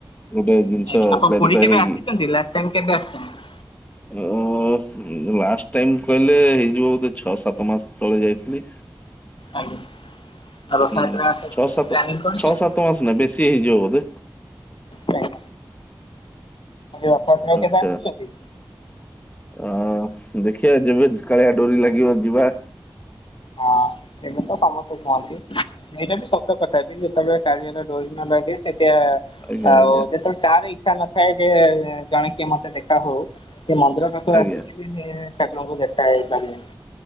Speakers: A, on the left (about 20°); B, on the left (about 80°).
A: ଗୋଟେ ଜିନିଷ
B: ଆଜ୍ଞା ଆପଣ
A: କ୍ଲାରିଫାଇ
B: ପୁରୀ କେବେ
A: ହେଇକି।
B: <unintelligible>
A: ଉ ଉ ଉ ଲାଷ୍ଟ ଟାଇମ କହିଲେ ହେଇଯିବ ବୋଧେ ଛଅ ସାତ ମାସ ତଳେ ଯାଇଥିଲି।
B: ଆଜ୍ଞା। ଆଉ ରଥଯାତ୍ରା
A: ଉଁ
B: ଆସ
A: ଛଅ ସାତ
B: ପ୍ଲାନିଙ୍ଗ କରିଛନ୍ତି?
A: ଛଅ ସାତ ମାସ ନା ବେଶୀ ହେଇଯିବ ବୋଧେ
B: ନାଇଁ ଆଉ <unintelligible>
A: ଆଚ୍ଛା।
B: ଆସିଛନ୍ତି।
A: ଅ ଦେଖିବା ଯେବେ କାଳିଆ ଡୋରି ଲାଗିବ ଯିବା।
B: ହଁ ସେଇଟା ତ ସମସ୍ତେ କୁହନ୍ତିୁ। ଏଇଟା ବି ସତ କଥା ବିି ଯେତେବେଳେ କାଳିଆର ଡରି ନ ଲାଗେ ସେଟା
A: ଆଜ୍ଞା
B: ଆଉ
A: ଆଜ୍ଞା।
B: ଯେତେବେଳେ ତାର ଇଚ୍ଛା ନଥାଏ ଯେ ଜଣେ କିଏ ମତେ ଦେଖା ହଉ। ସେ ମନ୍ଦିର ପାଖରୁ
A: ଆଜ୍ଞା
B: ଆସିକି ବି ସେ ଠାକୁରଙ୍କୁ ଦେଖା ହେଇପାରିଲେନି